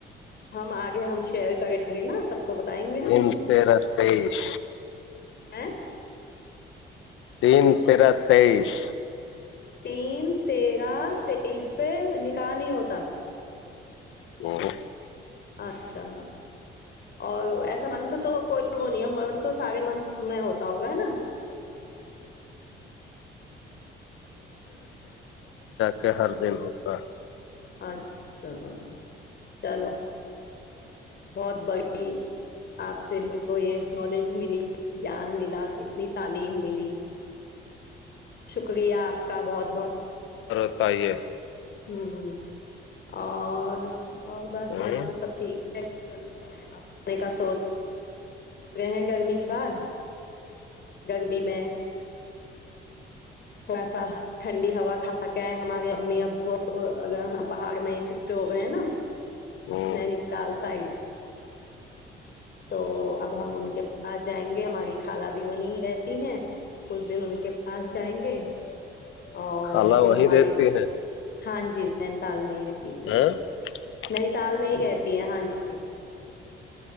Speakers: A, on the left; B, on the left.
A: ہم آگے ہم شیئر کریں گے نا سب کو بتائیں گے
B: تین
A: ہم
B: تیرہ تیئیس
A: <unintelligible>
B: تین تیرہ تیئس
A: تین تیرہ تئیس پہ نکاح نہیں ہوتا
B: <unintelligible>
A: اچھا اور ایسا منتھ تو کوئی وہ نہیں ہے منت سارے منتھ میں ہوتا ہوگا ہے نا
B: کہ ہر دن ہوتا ہے
A: اچھا چلو بہت بڑی آپ سے میر کو یہ نالج ملی گیان ملا اتنی تعلیم ملی شکریہ آپ کا بہت بہت
B: اور ہوتا ہی ہے
A: <unintelligible> اور اور بس
B: ہ
A: باقی تو سب ٹھیک <unintelligible> رہے ہیں گرمی کے بعد گرمی میں تھوڑا سا ٹھنڈی ہوا کھا کےئے ہمارے امی ابو اب پہاڑ میں ہی شفٹ ہو گئے نا
B: ہ
A: نہیں نہیں تال سائڈ تو اب ہم ان کے پاس جائیں گے ہماری خالہ بھی وہیں رہتی ہیں ک دن ان کے پاس جائیں گے اور
B: خالہ
A: پھر
B: وہیں
A: ہمارے
B: رہتی ہے
A: ہاں جی دینتال میں ہی رہتی
B: <unintelligible>
A: ہیں نینی تال میں ہی رہتی ہیں ہاں جی